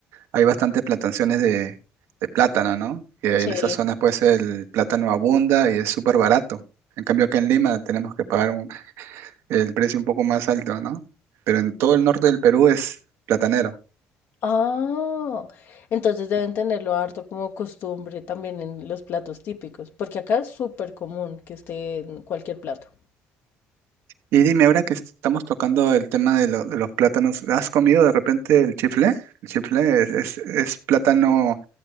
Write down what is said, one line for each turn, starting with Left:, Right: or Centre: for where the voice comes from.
Right: hay bastantes plantaciones de, de plátano, ¿no? Que
Left: sí.
Right: en esas zonas pues el plátano abunda y es súper barato. En cambio acá en Lima tenemos que pagar un- el precio un poco más alto, ¿no? Pero en todo el norte del Perú es platanero.
Left: Ah, entonces deben tenerlo harto como costumbre también en los platos típicos, porque acá es súper común que esté en cualquier plato,
Right: Y dime, ahora que estamos tocando el tema de, lo- de los plátanos, ¿has comido de repente el chifle? El chifle es, es- es plátano